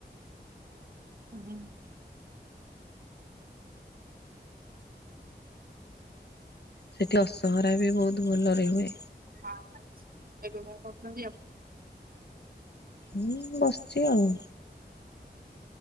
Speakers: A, on the right; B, on the left.
A: ହୁଁ ହୁଁ।
B: ସେଠି ଅସହରା ବି ବହୁତ ଭଲରେ ହୁଏ।
A: ହଁ ଏବେ କଣ କରୁଛନ୍ତି ଆ
B: ମୁଁ ବସିଛି ଆଉ।